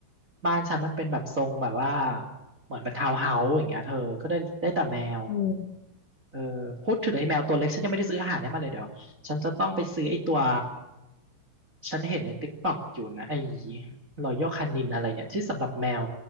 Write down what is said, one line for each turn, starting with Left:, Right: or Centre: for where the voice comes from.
Right: บ้านฉันมันเป็นแบบทรงแบบว่าเหมือนเป็นทาวน์เฮาส์อย่างเงี้ยเธอก็ได้ได้แต่แมว
Left: เออ
Right: เออพูดถึงไอ้แมวตัวเล็กฉันยังไม่ได้ซื้ออาหารให้มันเลยเดี๋ยวฉันจะต้องไปซื้อไอ้ตัวฉันเห็นในติ๊กต็อกอยู่นะไอ้รอยัลคานินอะไรเนี่ยที่สำหรับแมว